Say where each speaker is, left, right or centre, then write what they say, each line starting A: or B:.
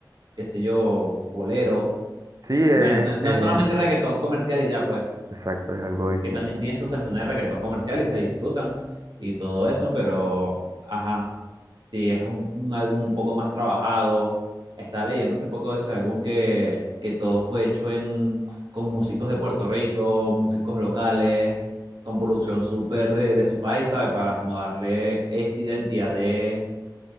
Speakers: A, on the right; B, on the right.
A: qué sé yo, bolero.
B: Sí, eh,
A: No es, no, es no
B: eh,
A: es solamente reggaetón comercial y ya, pues,
B: exacto, es algo distinto.
A: que también tienen sus canciones de reggaetón comercial y se disfrutan y todo eso, pero, ajá, sí, es un, un álbum un poco más trabajado. Estaba leyendo hace poco de ese álbum que, que todo fue hecho en, con músicos de Puerto Rico, músicos locales, con producción súper de, de su país, ¿sabes? Para como darle esa identidad de